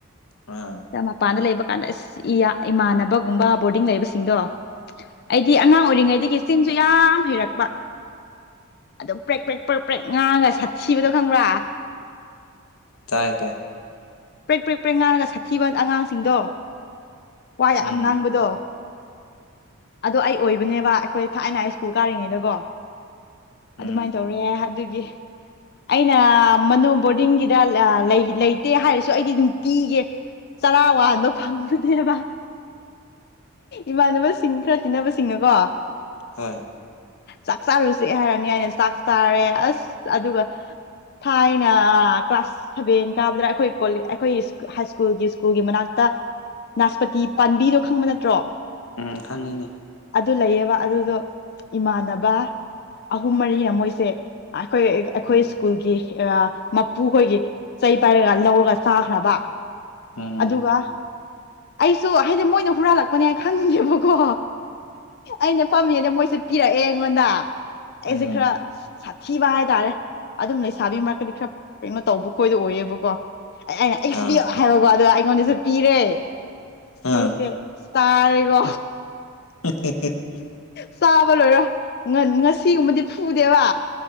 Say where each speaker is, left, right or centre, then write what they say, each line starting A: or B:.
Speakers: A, on the left; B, on the left.
A: ꯑ
B: ꯃꯄꯥꯟꯗ ꯂꯩꯕ ꯀꯥꯟꯗꯁ ꯏꯌꯥ ꯏꯃꯥꯟꯅꯕꯒꯨꯝꯕ ꯕꯣꯔꯗꯤꯡ ꯂꯩꯕꯁꯤꯡꯗꯣ ꯑꯩꯗꯤ ꯑꯉꯥꯡ ꯑꯣꯏꯔꯤꯉꯩꯗꯒꯤ ꯆꯤꯡꯁꯨ ꯌꯥꯝ ꯍꯩꯔꯛꯄ ꯑꯗꯨꯝ ꯄ꯭ꯔꯦꯛ ꯄ꯭ꯔꯦꯛ ꯄ꯭ꯔꯦꯛ ꯄ꯭ꯔꯦꯛ ꯉꯥꯡꯉꯒ ꯁꯥꯠꯊꯤꯕꯗꯣ ꯈꯪꯕ꯭ꯔꯥ
A: ꯇꯥꯏ ꯇꯥꯏ
B: ꯄ꯭ꯔꯦꯛ ꯄ꯭ꯔꯦꯛ ꯄ꯭ꯔꯦꯛ ꯉꯥꯡꯉꯒ ꯁꯥꯊꯤꯕ ꯑꯉꯥꯡꯁꯤꯡꯗꯣ ꯋꯥ ꯌꯥꯝ
A: ꯎꯝ
B: ꯉꯥꯡꯕꯗꯣ ꯑꯗꯣ ꯑꯩ ꯑꯣꯏꯕꯅꯦꯕ ꯑꯩꯈꯣꯏ ꯊꯥꯏꯅ ꯁ꯭ꯀꯨꯜ ꯀꯥꯔꯤꯉꯩꯗꯀꯣ
A: ꯎꯝ
B: ꯑꯗꯨꯃꯥꯏꯅ ꯇꯧꯔꯦ ꯍꯥꯏꯗꯨꯒꯤ ꯑꯩꯅ ꯃꯅꯣ ꯕꯣꯔꯗꯤꯡꯒꯤꯗ ꯂꯩꯇꯦ ꯍꯥꯏꯔꯁꯨ ꯁꯨ ꯑꯩꯗꯤ ꯅꯨꯡꯇꯤꯒꯤ ꯆꯔꯥ ꯋꯥꯟꯕ ꯐꯪꯕꯅꯦꯕ ꯏꯃꯥꯟꯅꯕꯁꯤꯡ ꯈꯔ ꯇꯤꯟꯅꯕꯁꯤꯡꯅꯀꯣ
A: ꯍꯣꯏ
B: ꯆꯥꯛ ꯆꯥꯔꯨꯁꯦ ꯍꯥꯏꯔꯅꯤ ꯍꯥꯏꯅ ꯆꯥꯛ ꯆꯥꯔꯦ ꯑꯁ ꯑꯗꯨꯒ ꯊꯥꯏꯅ ꯀ꯭ꯂꯥꯁ ꯁꯚꯦꯟ ꯀꯥꯕꯗ ꯑꯩꯈꯣꯏ ꯑꯩꯈꯣꯏ ꯍꯥꯏ ꯁ꯭ꯀꯨꯜꯒꯤ ꯁ꯭ꯀꯨꯜꯒꯤ ꯃꯅꯥꯛꯇ ꯅꯥꯁꯄꯇꯤ ꯄꯥꯝꯕꯤꯗꯣ ꯈꯪꯕ ꯅꯠꯇ꯭ꯔꯣ
A: ꯎꯝ ꯈꯪꯉꯤꯅꯦ
B: ꯑꯗꯨ ꯂꯩꯌꯦꯕ ꯑꯗꯨꯗꯣ ꯏꯃꯥꯟꯅꯕ ꯑꯍꯨꯝ ꯃꯔꯤꯅꯦ ꯃꯣꯏꯁꯦ ꯑꯩꯈꯣꯏ ꯑꯩꯈꯣꯏ
A: ꯎꯝ
B: ꯁ꯭ꯀꯨꯜꯒꯤ ꯃꯄꯨꯈꯣꯏꯒꯤ ꯆꯩ ꯄꯥꯏꯔꯒ ꯂꯧꯔꯒ ꯆꯥꯈ꯭ꯔꯕ
A: ꯎꯝ
B: ꯑꯗꯨꯒ ꯑꯩꯁꯨ ꯍꯥꯏꯗꯤ ꯃꯣꯏꯅ ꯍꯨꯔꯥꯜꯂꯛꯄꯅꯦ ꯍꯥꯏꯅ ꯈꯪꯗꯦꯕꯀꯣ ꯑꯩꯅ ꯐꯝꯃꯤꯉꯩꯗ ꯃꯣꯏꯁꯦ ꯄꯤꯔꯛꯑꯦ ꯑꯩꯉꯣꯟꯗ
A: ꯎꯝ
B: ꯑꯩꯁꯦ ꯈꯔ ꯁꯥꯊꯤꯕ ꯍꯥꯏꯇꯥꯔꯦ ꯑꯗꯨꯝ ꯂꯩꯁꯥꯕꯤ ꯃꯔꯛꯀꯗꯤ ꯈꯔ ꯀꯩꯅꯣ ꯇꯧꯕ ꯈꯣꯏꯗ ꯑꯣꯏꯌꯦꯕꯀꯣ ꯑꯩꯅ ꯑꯩꯁꯨ
A: ꯑꯥ
B: ꯄꯤꯌꯨ ꯍꯥꯏꯕꯒꫭ ꯑꯗꯣ ꯑꯩꯉꯣꯟꯗꯁꯨ ꯄꯤꯔꯦ
A: ꯑꯥ
B: ꯑꯩꯁꯦ ꯆꯥꯔꯦꯀꯣ
A: <unintelligible>
B: ꯆꯥꯕ ꯂꯣꯏꯔꯒ ꯉꯁꯤꯒꯨꯝꯕꯗꯤ ꯐꯨꯗꯦꯕ